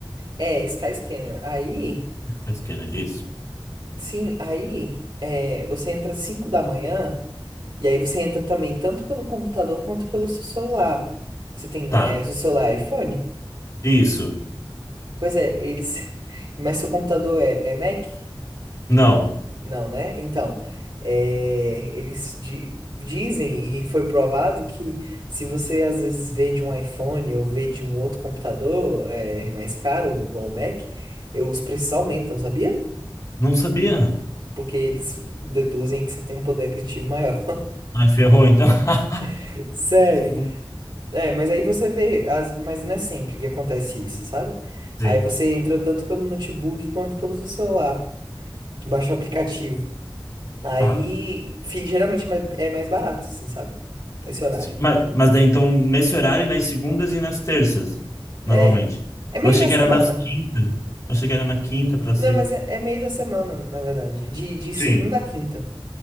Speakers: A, on the right; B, on the left.
A: É, Skyscanner. Aí,
B: Skyscanner, isso.
A: sim, aí é, você entra às 5 da manhã, e aí você entra também tanto pelo computador quanto pelo seu celular. Você tem,
B: Tá,
A: é, seu celular é iPhone?
B: isso.
A: Pois é, eles. <laughs> Mas seu computador é, é Mac?
B: Não.
A: Não, né? Então, é, eles di- dizem, e foi provado, que se você às vezes vê de um iPhone ou vê de um outro computador é, mais caro, igual o Mac, eh, os preços aumentam, sabia?
B: Não sabia.
A: Porque eles deduzem que você tem um poder aquisitivo maior.
B: Ai, ferrou, então. <laughs>
A: <laughs> Sério.
B: Vou ter que
A: É, mas aí você vê, as- mas não é sempre que acontece isso, sabe?
B: fazer.
A: Aí você entra tanto pelo notebook quanto pelo seu celular. Baixa o aplicativo. Aí,
B: Tá.
A: fi- geralmente mais- é mais barato, assim, sabe? Nesse horário.
B: Sim, Mas, mas daí, então, nesse horário, nas segundas e nas terças, normalmente.
A: É. É meio
B: Eu achei
A: da
B: que
A: semana.
B: era nas quintas. Eu achei que era na quinta pra
A: Não,
B: sexta.
A: mas é, é meio da semana, na verdade. De, de segunda
B: Sim.
A: a quinta.